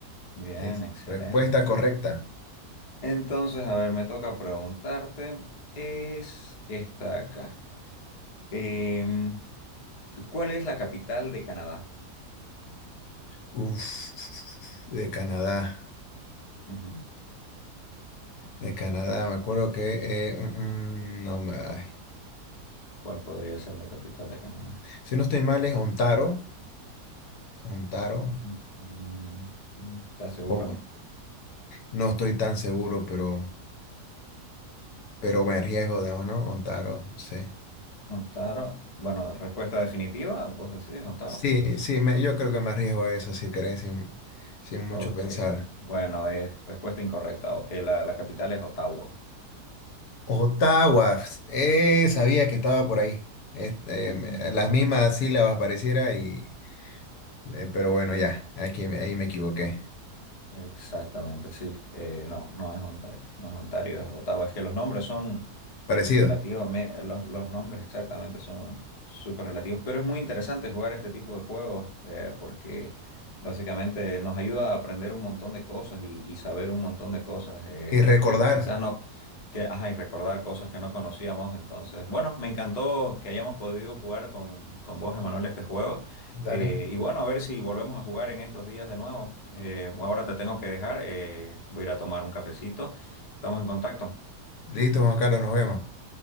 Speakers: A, on the left; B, on the left.
A: Bien,
B: Es
A: excelente.
B: respuesta correcta.
A: Entonces, a ver, me toca preguntarte. Es esta acá. Em, ¿cuál es la capital de Canadá?
B: Uf, de Canadá,
A: Ujú.
B: de Canadá, me acuerdo que, eh, mm, mm, no me, ay.
A: ¿Cuál podría ser la capital de Canadá?
B: si no estoy mal es Ontario, Ontario,
A: Mm, mm, mm, ¿Estás seguro?
B: o no estoy tan seguro, pero, pero me arriesgo,
A: Ah,
B: digamos, ¿no? Ontario, sí.
A: Ontario. Bueno, respuesta definitiva, vos decís Ontario.
B: Sí, sí, me- yo creo que me arriesgo a eso, si querés, sin, sin mucho
A: Ok,
B: pensar.
A: bueno, es respuesta incorrecta. O- eh, la, la capital es Ottawa.
B: Ottawa, eh, sabía que estaba por ahí, Es- eh, me-
A: Ujú.
B: las mismas sílabas pareciera y, eh, pero bueno, ya, aquí, me- ahí me
A: Ex-
B: equivoqué,
A: Exactamente, sí. Eh, no, no es Ontario, no es Ontario, es Ottawa. Es que los nombres son
B: parecido.
A: Relativo, me- los, los nombres exactamente son súper relativos, pero es muy interesante jugar este tipo de juegos eh, porque básicamente nos ayuda a aprender un montón de cosas y, y saber un montón de cosas eh,
B: y recordar.
A: que quizás no, que, ajá, y recordar cosas que no conocíamos. Entonces, bueno, me encantó que hayamos podido jugar con, con vos, Emanuel, este juego.
B: Dale.
A: Eh, y bueno, a ver si volvemos a jugar en estos días de nuevo. Eh, ahora te tengo que dejar, eh, voy a ir a tomar un cafecito. Estamos en contacto.
B: Listo, Juan Carlos, nos vemos.